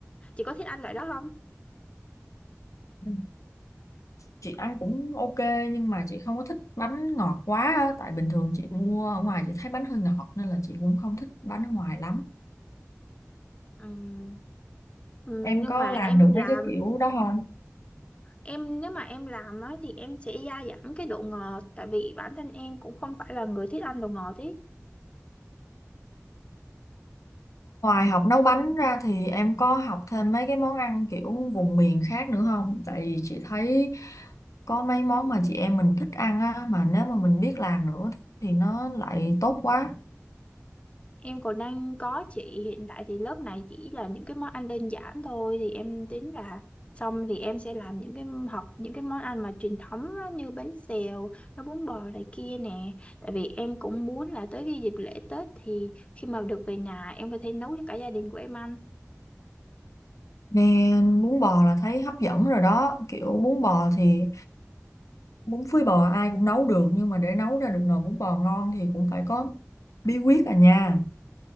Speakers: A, on the left; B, on the left.
A: Chị có thích ăn loại đó không?
B: Ừ. Chị ăn cũng ok nhưng mà chị không có thích bánh ngọt quá á. Tại bình thường chị mua ở ngoài chị thấy bánh hơi ngọt nên là chị cũng không thích bánh ở ngoài lắm.
A: Ừm, ừm,
B: Em
A: nhưng
B: có
A: mà
B: làm
A: em
B: được
A: làm
B: mấy cái kiểu đó không?
A: em nếu mà em làm á thì em sẽ gia giảm cái độ ngọt tại vì bản thân em cũng không phải là người thích ăn đồ ngọt ý
B: Ngoài học nấu bánh ra thì em có học thêm mấy cái món ăn kiểu vùng miền khác nữa không? Tại vì chị thấy có mấy món mà chị em mình thích ăn á, mà nếu mà mình biết làm nữa thì nó lại tốt quá.
A: Em còn đang có chị hiện tại thì lớp này chỉ là những cái món ăn đơn giản thôi thì em tính là xong thì em sẽ làm những cái học những cái món ăn mà truyền thống á, như bánh xèo, nó bún bò này kia nè. Tại vì em cũng muốn là tới cái dịp lễ Tết thì khi mà được về nhà em có thể nấu cho cả gia đình của em ăn.
B: Nghe bún bò là thấy hấp dẫn rồi đó, kiểu bún bò thì bún phơi bò ai cũng nấu được nhưng mà để nấu ra được nồi bún bò ngon thì cũng phải có bí quyết à nha.